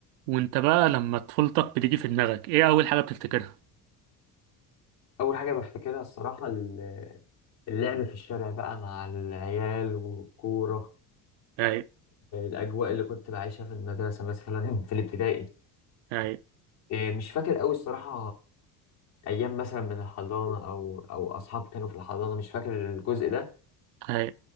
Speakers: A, on the right; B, on the left.
A: وانت بقى لما طفولتك بتيجي في دماغك ايه اول حاجة بتفتكرها
B: اول حاجه بفتكرها الصراحه ال- اللعب في الشارع بقى مع العيال والكوره
A: اي
B: الاجواء اللي كنت بعيشها في المدرسه مثلا في الابتدائي
A: اي
B: إيه، مش فاكر قوي الصراحه ايام مثلا من الحضانه او او اصحاب كانوا في الحضانه مش فاكر الجزء ده
A: اي